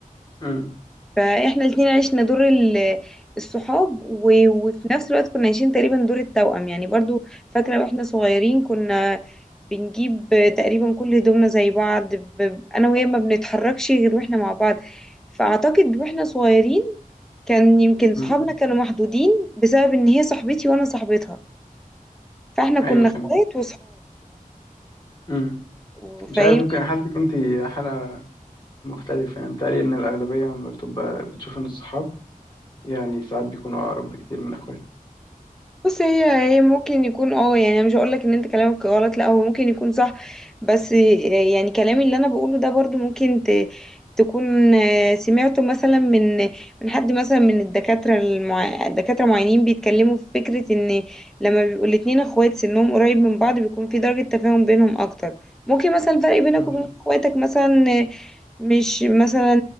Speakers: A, on the left (about 30°); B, in the centre.
A: امم
B: فاحنا الاتنين عشنا دور ال- الصحاب و- وفي نفس الوقت كنا عايشين تقريبا دور التوأم يعني برضو فاكرة واحنا صغيرين كنا بنجيب تقريبا كل هدومنا زي بعض ب- انا وهي ما بنتحركش غير واحنا مع بعض فاعتقد واحنا صغيرين كان يمكن صحابنا
A: امم
B: كانوا محدودين بسبب ان هي صاحبتي وانا صاحبتها فاحنا
A: ايوه
B: كنا
A: فهمت
B: اخوات
A: امم
B: وصحاب
A: مش عارف ممكن حالتك انت حاله مختلفه يعني بتهيألي ان الاغلبيه لما بتبقى بتشوف ان الصحاب يعني ساعات بيكونوا اقرب بكتير من اخوات
B: بص هي هي ممكن يكون اه يعني انا مش هقول لك ان انت كلامك غلط لا هو ممكن يكون صح بس يعني كلامي اللي انا بقوله ده برضو ممكن ت... تكون آه، سمعته مثلا من من حد مثلا من الدكاترة المع... دكاترة معينين بيتكلموا في فكرة ان لما بيبقوا الاتنين اخوات سنهم قريب من بعض بيكون في درجة تفاهم بينهم اكتر ممكن مثلا الفرق بينك
A: مم.
B: وبين اخواتك مثلا آه، مش مثلا